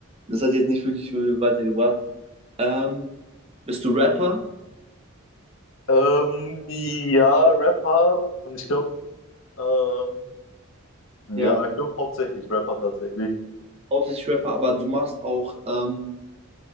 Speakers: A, on the right; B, on the left.
A: Das hat jetzt nicht wirklich viel weitergebracht. Ähm, bist du Rapper?
B: Ähm, ja, Rapper. Und ich glaube, ähm,
A: Ja,
B: ja, ich glaube hauptsächlich Rapper tatsächlich.
A: hauptsächlich Rapper, aber du machst auch ähm,